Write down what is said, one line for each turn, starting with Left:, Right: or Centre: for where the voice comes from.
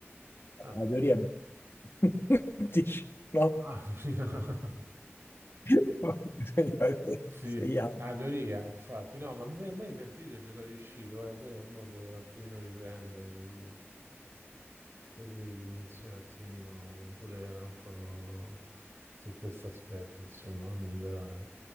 Right: Vabbè.
Left: la teoria è- <laughs> dici, no?
Right: Ah, <laughs>
Left: <laughs> Bisogna vedere
Right: Sì,
Left: se gli altri.
Right: Adoria, infatti, no, ma a me per periodo ci sono riuscito, eh, solo mo devo un attimino riprendere così, così inizio un attimino pure un po' su questo aspetto, insomma, a migliorare.